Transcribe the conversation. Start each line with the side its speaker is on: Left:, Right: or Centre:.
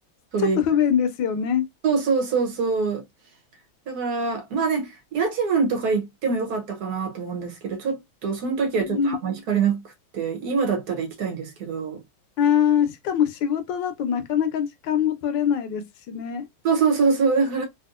Right: それ以外。
Left: ちょっと不便ですよね。
Right: そうそうそうそう。だから、まあね、家賃とか行ってもよかったかなと思うんですけど、ちょっと、その時はちょっとあんまり惹かれなくて、
Left: うんう
Right: 今だったら行きたいんですけど、
Left: ん。ああ、しかも仕事だとなかなか時間も取れないですしね。
Right: そうそうそうそう。だか